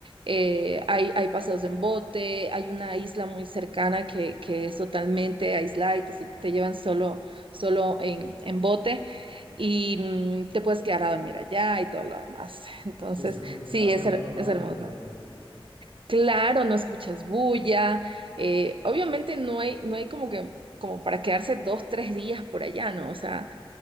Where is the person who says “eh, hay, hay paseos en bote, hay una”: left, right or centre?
Right